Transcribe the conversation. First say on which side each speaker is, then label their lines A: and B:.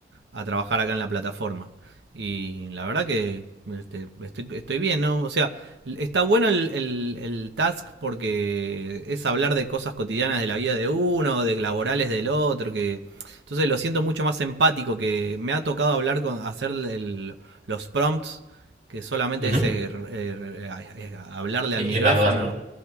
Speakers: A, on the right; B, on the right.
A: a trabajar acá en la plataforma. Y la verdad que este, estoy, estoy, bien, ¿no? O sea, está bueno el, el, el, task porque es hablar de cosas cotidianas de la vida de uno, de laborales del otro, que... Entonces lo siento mucho más empático que me ha tocado hablar con, hacer el, los prompts, que solamente
B: ujú.
A: es eh, eh, hablarle
B: E-
A: al micrófono.
B: Evaluarlo.